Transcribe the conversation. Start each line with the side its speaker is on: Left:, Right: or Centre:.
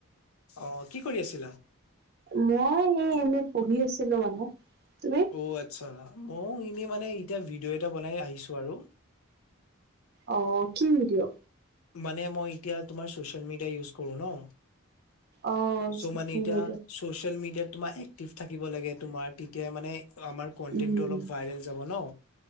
Left: অ কি কৰি আছিলা?
Right: মই এই এনে পঢ়ি আছিলো মানে তুমি
Left: অ আচ্ছা মইয়ো এনেই মানে এতিয়া ভিডিঅ' এটা বনাই আহিছো আৰু
Right: অ কি ভিডিঅ
Left: মানে মই এতিয়া তোমাৰ চচিয়েল মিডিয়া ইউজ কৰো ন
Right: অ
Left: চ'
Right: চচিয়েল
Left: মানে এতিয়া
Right: মিডিয়া
Left: চচিয়েল মিডিয়াত তোমাৰ এক্টিভ থাকিব লাগে তোমাৰ তেতিয়া মানে আমাৰ কন্টেন্টটো
Right: উম
Left: অলপ ভাইৰেল যাব ন